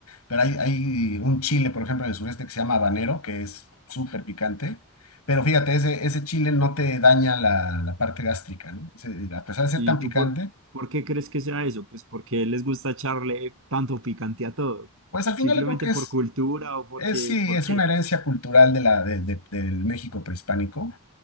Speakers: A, on the left; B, on the right.
A: pero hay, hay un chile, por ejemplo, en el sureste que se llama habanero, que es súper picante. Pero fíjate, ese, ese chile no te daña la, la parte gástrica, ¿no? Ese- a pesar de ser
B: ¿y
A: tan
B: tú
A: picante,
B: por, por qué crees que sea eso? Pues porque les gusta echarle tanto picante a todo.
A: pues al
B: Simplemente
A: final yo creo que
B: por
A: es
B: cultura o porque,
A: Es, sí,
B: porque.
A: es una herencia cultural de la, de- de- del México prehispánico